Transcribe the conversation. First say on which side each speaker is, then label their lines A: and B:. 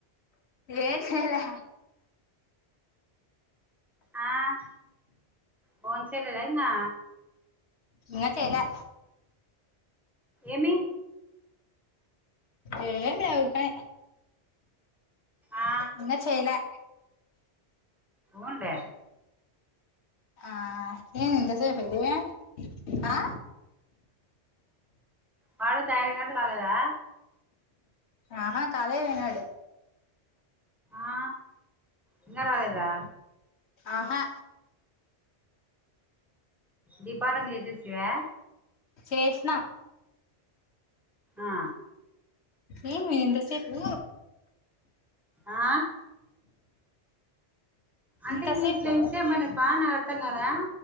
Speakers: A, on the left (about 75°); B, in the centre.
A: ఏం చేయలే
B: ఆ భోన్ చేయలేదా ఇంగా
A: ఏ చేయలే
B: ఏమి
A: ఏమీ లే ఊరికేనే
B: ఆ
A: ఇంగా చేయలే
B: ఉన్లే
A: ఆ ఏమి ఇంతసేపు అయింది ఆ
B: వాడు తయారీ కానీ కాలేదా
A: ఆహా కాలేజీ పోయినాడు
B: ఆ ఇంగ రాలేదా
A: ఆహా
B: దీపారామ్ చేసేస్తివా
A: చేసిన
B: ఆ
A: ఏమి ఇంతసేపు
B: ఆ అంటే
A: ఇంతసేపు
B: ఇంగ ఇట్లా ఎంతేసేపు మన పానర్ అర్థం కాలే